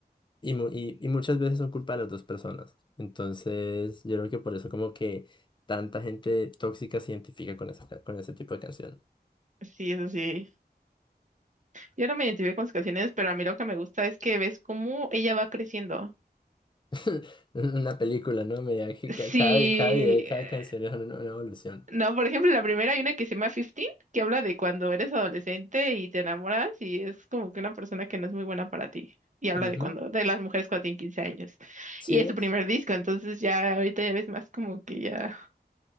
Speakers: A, on the left; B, on the right.
A: Y, mu- y, y muchas veces son culpa de las dos personas. Entonces, yo creo que por eso como que tanta gente tóxica se identifica con esa, ca- con ese tipo de canción.
B: Sí, eso sí. Yo no me identifico con sus canciones, pero a mí lo que me gusta es que ves cómo ella va creciendo.
A: <laughs> Una película, ¿no? Me da que
B: Sí.
A: ca- cada, vi- cada video y
B: eh,
A: cada canción es una, una evolución.
B: No, por ejemplo, la primera hay una que se llama 15, que habla de cuando eres adolescente y te enamoras y es como que una persona que no es muy buena para ti. Y habla
A: Ujú.
B: de cuando, de las mujeres cuando tienen 15 años.
A: ¿Sí
B: Y
A: ves?
B: es su primer disco, entonces ya ahorita ya ves más como que ya,